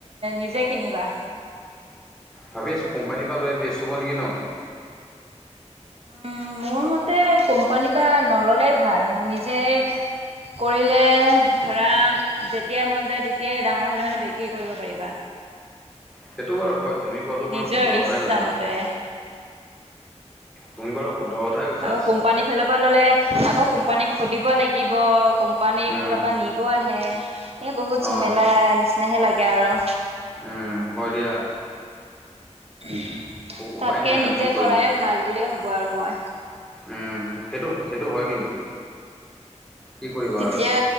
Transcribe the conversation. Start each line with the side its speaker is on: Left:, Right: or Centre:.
Right: নিজে কিনিবা?
Centre: ভাবি আছো কোম্পানীৰ পৰা লৈ বেষ্ট হ'ব নেকি ন?
Right: উম মোৰ মতে কোম্পানীৰ পৰা নললেই ভাল, নিজে কৰিলে ধৰা যেতিয়াই মন যায় তেতিয়াই ডাঙৰ হালে মানে বিক্ৰী কৰিব পাৰিবা।
Centre: সেইটো বাৰু হয়, তুমি কোৱাটো
Right: নিজৰ
Centre: বাৰু শুদ্ধ কথাই
Right: ইচ্ছামতে
Centre: কৈছা। তুমি বাৰু শুদ্ধ কথাই কৈছা।
Right: আকৌ কোম্পানীৰ ফালৰ পৰা ললে আকৌ কোম্পানীক সুধিব লাগিব। কোম্পানীৰ
Centre: উম,
Right: ফালৰ পৰা নিব আহে। এই বহুত ঝেমেলা
Centre: অ'
Right: নিচিনাহে লাগে আৰু।
Centre: উম হয় দিয়া।
Right: উহ
Centre: উপায়
Right: তাতকে
Centre: নাই আৰু
Right: নিজে
Centre: কি কৰিবা।
Right: কৰাই ভাল বুলিয়ে ভাবোঁ আৰু মই।
Centre: উম সেইটো - সেইটো হয় কিন্তু। কি কৰিবা
Right: তেতিয়া
Centre: আৰু